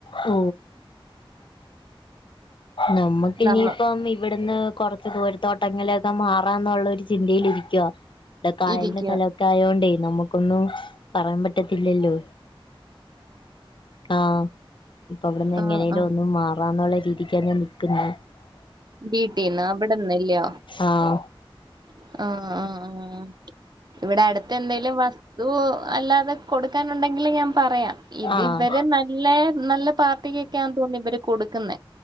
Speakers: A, on the left (about 60°); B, on the right (about 50°).
A: ഓ നമ്മക്ക് ഇനിയിപ്പം
B: നമ്മ
A: ഇവിടുന്ന് കുറച്ച് ദൂരത്തോട്ടങ്ങനെയൊക്കെ മാറാന്നുള്ള ഒരു ചിന്തയിലിരിക്കുവാ ഇടെ കായലിന്റെ
B: ഇരിക്കുക
A: സ്ഥലൊ ക്കായോണ്ടേ നമുക്കൊന്നും പറയാൻ പറ്റത്തില്ലല്ലോ. ആഹ് ഇപ്പൊ അവിടുന്ന്
B: ആഹ്
A: എങ്ങനേലും
B: ആഹ്
A: ഒന്നു മാറാന്നുള്ള രീ ക്ക്യാഞാ നിക്കുന്നെ
B: വീട്ടീന്ന് അവിടന്നല്ലോ
A: ആഹ്
B: ആഹ് ആഹ് ആഹ് ഇവിടെ അടുത്ത് എന്തേലും വസ്തു അല്ലാതെ കൊടുക്കാനുണ്ടെങ്കിൽ ഞാൻ പറയാ ഇത്
A: ആഹ്
B: ഇവര് നല്ല നല്ല പാർട്ടിക്കൊക്കെയാന്ന് തോന്നുന്നെ ഇവര് കൊടുക്കുന്നെ